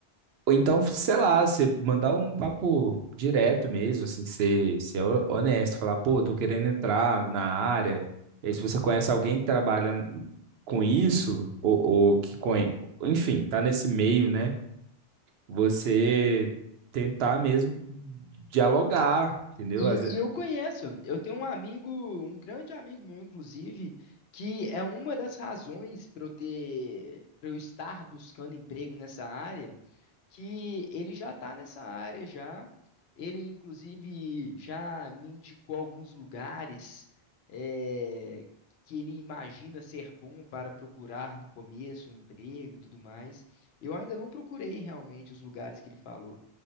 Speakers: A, on the right; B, on the left.
A: ou então, sei lá, você mandar um papo direto mesmo, assim, ser, ser ho- honesto, falar, pô, tô querendo entrar na área. E aí, se você conhece alguém que trabalha com isso, ou, ou que conhe... enfim, tá nesse meio, né? Você tentar mesmo dialogar, entendeu?
B: E,
A: Às
B: eu
A: ve-
B: e eu conheço, eu tenho um amigo, um grande amigo meu, inclusive, que é uma das razões para eu ter, para eu estar buscando emprego nessa área que ele já está nessa área já. Ele, inclusive, já me indicou alguns lugares eh, que ele imagina ser bom para procurar no começo, um emprego e tudo mais. Eu ainda não procurei realmente os lugares que ele falou,